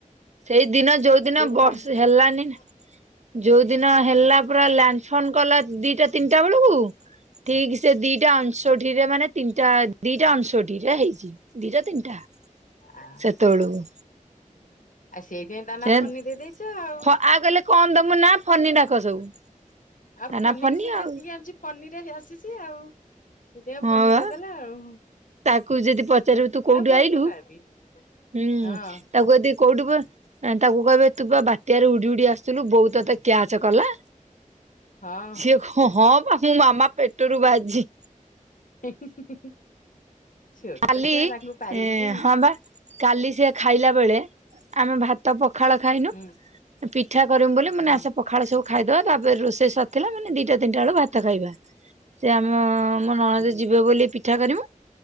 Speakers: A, on the right; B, on the left.
A: ସେଇଦିନ ଯୋଉଦିନ
B: ସେ ଫନି
A: ବର୍ଷ୍
B: ହଁ
A: ହେଲାନି ନା? ଯୋଉ ଦିନ ହେଲା ପୁରା ଲ୍ୟାଣ୍ଡଫନ୍ କଲା ଦିଟା ତିନିଟା ବେଳୁକୁ। ଠିକ ସେ ଦିଟା ଅଣଷୋଠି ରେ ମାନେ ତିନିଟା ଦିଟା ଅଣଷୋଠି ରେ ହେଇଚି। ଦିଟା ତିନିଟା।
B: ଆ ଆ
A: ସେତେବେଳକୁ
B: ସେଇଥି ପାଇଁ ତା ନାଁ
A: ହୁଁ
B: ଫନି ଦେଇ ଦେଇଚ ଆଉ।
A: ଫ ଆ କହିଲେ କଣ ଦମୁ ନାଁ ଫନି ଡାକ ସବୁ।
B: ଆଉ
A: ତା
B: ଫନି
A: ନା
B: କିି ସେ ଡାକିକି
A: ଆଉ
B: ଆଣିଚି ଫନିରେ ଆସିଚି ଆଉ। ସେଇଥି ପାଇଁ
A: ହଁ
B: ଫନି
A: ବା
B: ଦେଇଦେଲା ଆଉ।
A: ତାକୁ ଯଦି ପଚାରିବୁ ତୁ କୋଉଠୁ
B: ଆଉ ଭଲ
A: ଆଇଲୁ
B: ନାଁ ବି।
A: ହୁଁ
B: ହଁ
A: ତାକୁ ଯଦି କୋଉଠୁ ନାଇଁ ତାକୁ କହିବେ ତୁ ପା ବାତ୍ୟାରେ ଉଡି ଉଡି ଆସଥିଲୁ ବୋଉ ତତେ କ୍ୟାଚ କଲା।
B: ହଁ
A: ସିଏ କ ହଁ ପା ମୁଁ ମାମା ପେଟରୁ ବାଜି
B: ହୁଁ ହୁଁ ହୁଁ ହୁଁ। ଛୋଟ
A: କାଲି
B: ଛୁଆ ତାକୁ ପାରିବୁ କି।
A: ହଁ ବା କାଲି ସିଏ ଖାଇଲା ବେଳେ ଆମେ ଭାତ ତ ପଖାଳ ଖାଇନୁ
B: ହୁଁ
A: ପିଠା କରିମୁ ବୋଲି ମୁଁ
B: ହୁଁ
A: କହିଲି ଆସ ପ ପଖାଳ ସବୁ ଖାଇଦବା ତାପରେ ରୋଷେଇ ସରଥିଲା ମୁଁକଇନି ଦିଟା ତିନିଟା ବେଳୁ ଭାତ ଖାଇବା। ସେ ଆମ ମୋ ନଳନ୍ଦ ଯିବେ ବୋଲି ପିଠା କରିମୁ